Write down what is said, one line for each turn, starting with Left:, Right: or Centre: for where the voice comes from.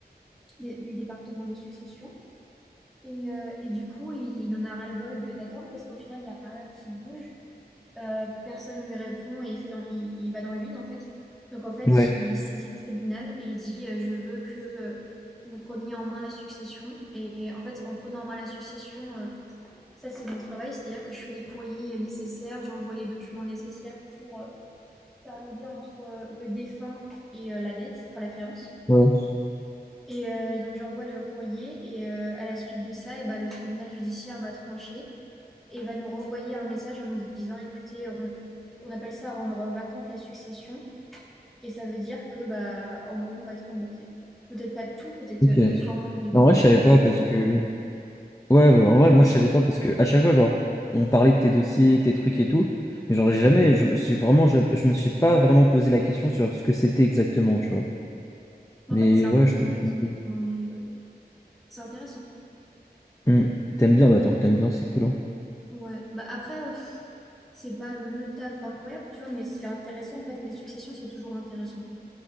Centre: des- du département des successions. Et, euh, et du coup, il, il en a ras-le-bol de- d'attendre parce qu'au final, il n'y a rien qui bouge. Euh, personne lui répond et il fait dans, il, il va dans le vide en fait. Donc en fait,
Left: Ouais.
Centre: il saisit le tribunal et il dit euh, je veux que euh, vous preniez en main la succession. Et en fait, en prenant en main la succession, euh, ça c'est mon travail, c'est-à-dire que je fais les courriers nécessaires, j'envoie les documents nécessaires pour euh, faire le lien entre euh, le défunt et euh, la dette, enfin la créance.
Left: Ouais.
Centre: Et euh, donc j'envoie le courrier et euh, à la suite de ça, et ben, le tribunal judiciaire va trancher et va nous renvoyer un message en nous disant, écoutez, on, on appelle ça rendre vacante la succession, et ça veut dire que, bah, en gros, on va être remboursé. Peut-être pas de tout, peut-être
Left: Ok.
Centre: euh, sûrement de pas
Left: En vrai,
Centre: grand-chose,
Left: je savais pas
Centre: des fois,
Left: parce
Centre: on
Left: que.
Centre: peut-
Left: Ouais, ouais, en
Centre: Ouais.
Left: vrai, moi, je savais pas parce que à chaque fois, genre, on parlait de tes dossiers, tes trucs et tout. Mais genre, j'ai jamais, je me suis vraiment, je, je me suis pas vraiment posé la question sur ce que c'était exactement, tu vois.
Centre: Mais
Left: Mais
Centre: en fait, c'est un
Left: ouais,
Centre: peu
Left: je
Centre: complexe,
Left: comprends un
Centre: honnêtement,
Left: peu mieux.
Centre: mais ouais, c'est intéressant.
Left: Mm. Mm. T'aimes bien, bah, tant t'aimes bien, c'est cool, hein.
Centre: Ouais. Bah, après, euh, pff, c'est pas le taf incroyable, tu vois, mais c'est intéressant, en fait, les successions, c'est toujours intéressant.